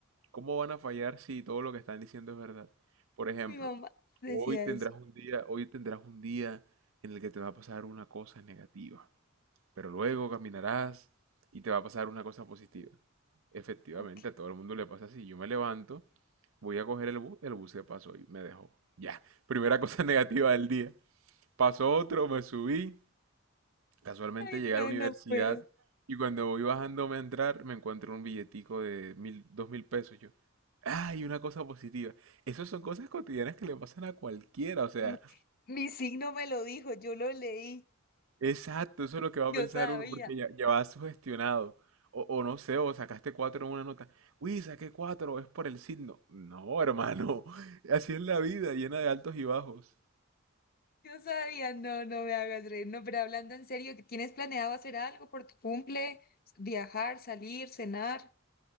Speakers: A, on the right (about 80°); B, on the left (about 45°).
A: ¿Cómo van a fallar si todo lo que están diciendo es verdad? Por ejemplo,
B: Mi mamá decía
A: hoy tendrás
B: eso.
A: un día, hoy tendrás un día en el que te va a pasar una cosa negativa, pero luego caminarás y te va a pasar una cosa positiva. Efectivamente,
B: Ok.
A: a todo el mundo le pasa así. Yo me levanto, voy a coger el bus, el bus se pasó y me dejó. Ya, primera cosa <laughs> negativa del día. Pasó otro, me subí, Casualmente
B: Ay,
A: llegué
B: no,
A: a la universidad
B: no puedo.
A: y cuando voy bajándome a entrar me encuentro un billetico de mil, dos mil pesos. Yo, ¡ay! Una cosa positiva. Esas son cosas cotidianas que le pasan a cualquiera. O sea,
B: Mi mi signo me lo dijo, yo lo leí.
A: exacto, eso es lo que va
B: Yo
A: a pensar
B: sabía,
A: uno porque ya, ya va sugestionado. O, o no sé, o sacaste cuatro en una nota. Uy, saqué cuatro, es por el signo. No, hermano, <laughs> así es la vida, llena de altos y bajos.
B: yo sabía, no, no me hagas reír, no, pero hablando en serio, ¿que ¿tienes planeado hacer algo por tu cumple? ¿Viajar, salir, cenar?